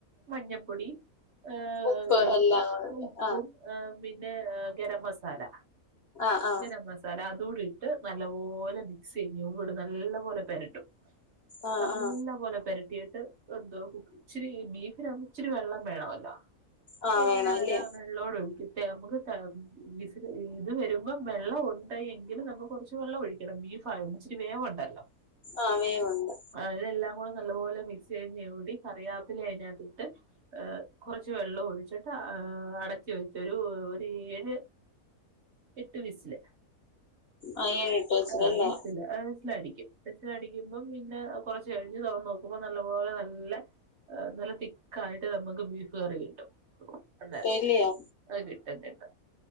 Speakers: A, on the right; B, on the left.
A: മഞ്ഞപ്പൊടി ഏഹ്
B: ഉപ്പ് എല്ലാം കൂടെ
A: ഉപ്പും
B: ആ
A: ഏഹ് പിന്നെ ഗരം മസാല
B: ആ ആ
A: ഗരം മസാല അതൂടി ട്ട് നല്ല പോലെ മിക്സ്ചെയ്യും ന്നട്ട് നല്ല പോലെ പെരട്ടും
B: ആ
A: നല്ല
B: ആ
A: പോലെ പെര എന്തോ ഇച്ചിരി ബീഫിനാവുമ്പോ ഇച്ചിരി വെള്ളം വേണമല്ലോ
B: ആ
A: അതിനിന്
B: വേണം അല്ലേ
A: ആരാ വെള്ളോട് ഒഴിക്കും നമുക്ക് വി ഇത് വരുമ്പോ വെള്ളം ഒ എങ്കിലും നമ്മ കുറച്ച് വെള്ളം ഒഴിക്കണം ബീഫായൊണ്ട് ഇച്ചരി വേവുണ്ടല്ലോ
B: ആഹ് വേവുണ്ട്
A: അതെല്ലാം കൂടെ നല്ലപോലെ മിക്സ് ചെയ്തുടി കറിയാപ്പില അതിനകത്തിട്ട് ഏഹ് കുറച്ച് വെള്ളം ഒഴിച്ചിട്ട് അടച്ച് വെച്ച് ഒരു ഒരു ഏഴ് എട്ട് വിസില്
B: ആ ഏഴെട്ട് വിസിലല്ലേ
A: ആഹ് വിസില വിസിലടിക്കും വിസിലടിക്കുമ്പം പിന്നെ കൊറച്ച് കഴിഞ്ഞ് തുറന്നു നോക്കുമ്പോ നല്ല പോലെ നല്ല നല്ല തിക്കായിട്ട് നമുക്ക് ബീഫ് കറി കിട്ടും അതെ
B: ഇല്ലിയോ
A: ആഹ് കിട്ടും കേട്ടോ